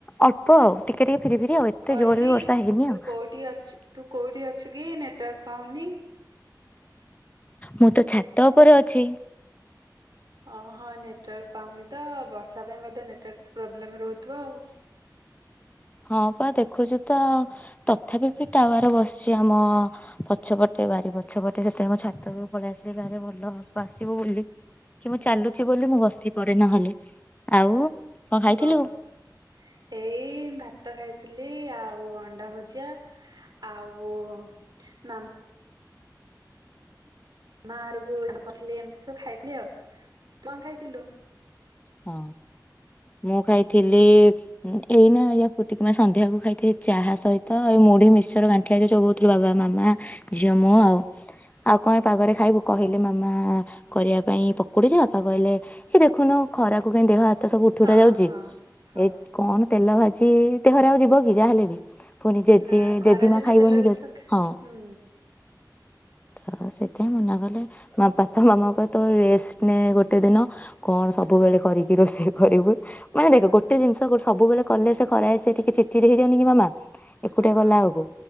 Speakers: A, on the left (about 20°); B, on the right (about 70°).
A: ଅଳ୍ପ ଆଉ ଟିକେ ଟିକେ ଫିରି ଫିରି ଆଉ ଏତେ
B: କହିଲି
A: ଜୋର ବି ବର୍ଷା ହେଇନି
B: ତୁ
A: ଆଉ
B: କୋଉଠି ଅଛୁ ତୁ କୋଉଠି ଅଛୁ କି ନେଟୱାର୍କ ପାଉନି।
A: ମୁଁ ତ ଛାତ ଉପରେ ଅଛି।
B: ଓହଁ ନେଟୱାର୍କ ପାଉନି ତ ବର୍ଷା ପାଇଁ ବୋଧେ ନେଟୱାର୍କ ପ୍ରୋବ୍ଲେମ୍ ରହୁଥିବ ଆଉ।
A: ହଁ ପା ଦେଖୁଛୁ ତ ତଥାପି ବି ଟାୱାର ବସିଛି ଆମ ପଛପଟେ ବାରି ପଛ ପଟେ ସେଥିପାଇଁ ମୁଁ ଛାତ ପଳେଇ ଆସିଲି କାଳେ ଭଲ ଆସିବ ବୋଲି। କି ମୁଁ
B: ହୁଁ
A: ଚାଲୁଚି ବୋଲି ମୁଁ ବସି ପଡେ ନହେଲେ ଆଉ କଣ ଖାଇଥିଲୁ
B: ବସ୍ ଏଇ ଭା ତ ଖାଇଥିଲି ଆଉ ଅଣ୍ଡା ଭଜା ଆଉ ଓ ମା ମା ଅରକୁ କହିଥିଲି ଏମିତି ସବୁ ଖାଇଥିଲି ଆଉ କଣ ଖାଇଥିଲୁ?
A: ହଁ ମୁଁ ଖାଇଥିଲି ଏଇନା ଇଆ ପୁଟିକି ନା ସନ୍ଧ୍ୟାକୁ ଖାଇଥିଲି ଚାହା ସହିତ ଏଇ ମୁଢି ମିଶ୍ଚର ଗାଣ୍ଠିଆ ଯୋଉ ଚୋବୋଉଥୁଲୁ ବାବା ମାମା ଝିଅ ମୁଁ ଆଉ ଆଉ କଣ ପାଗରେ ଖାଇବୁ କହିଲେ ମାମା କରିବା ପାଇଁ ପକୁଡ଼ିଯେ ବାପା କହିଲେ ଏ ଦେଖୁନୁ ଖରାକୁ କାଇଁ ଦେହ ହା ତ ସବୁ ଉଠି
B: ହଁ
A: ଉଠା ଯାଉଚି
B: ହଁ ହଁ।
A: ଏଇ କଣ ତେଲ ଭା ଚି ଦେହରେ ଆଉ ଯିବ କି ଯାହାହେଲେ ବି। ପୁଣି ଜେଜେ
B: ନା ଖରା
A: ଜେଜିମା
B: ଦିନ
A: ଖାଇବନି
B: ତେଲ ଜିନିଷ
A: ଜେ
B: ଖା
A: ହଁ
B: ହୁଁ
A: ତ ସେ <unintelligible> ମନା କଲେ ବାପା ମାମାଙ୍କୁ କଇଲେ ତୋର ରେଷ୍ଟ ନେ ଗୋଟେ ଦିନ କଣ ସବୁ ସବୁବେଳେ କରିକି ରୋଷେଇ କରିବୁ। ମାନେ ଦେଖ
B: ହଁ
A: ଗୋଟେ ଜିନିସ୍ ସବୁବେଳେ କଲେ ସେ ଖରାଏ ସେ ଟିକେ ଚିଡ ଚିଡ୍ ହେଇଯାଉନି କି ମାମା ଏକୁଟିଆ
B: ହଁ
A: କଲା ଏଳୁକୁ।